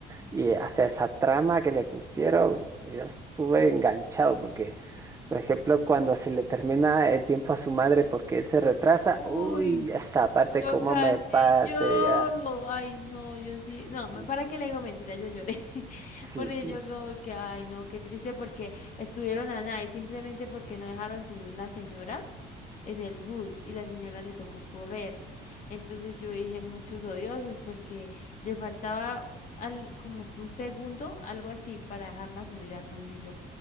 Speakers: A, on the right; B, on the left.
A: Y, o sea, esa trama que le pusieron, yo estuve enganchado porque, por ejemplo, cuando se le termina el tiempo a su madre porque él se retrasa,
B: Uy.
A: uy, esa parte
B: Yo
A: como
B: casi
A: me parte
B: lloro,
A: ya.
B: ay no, yo sí,
A: Sí,
B: no,
A: sí,
B: me- para qué le digo mentira, yo lloré, <laughs>
A: sí,
B: porque
A: sí.
B: yo como que, ay no, qué triste, porque estuvieron a nada y simplemente porque no dejaron subir la señora en el bus y la señora le tocó correr, entonces yo dije muchos odiosos porque le faltaba al, como que un segundo, algo así, para dejarla subir al bus y yo.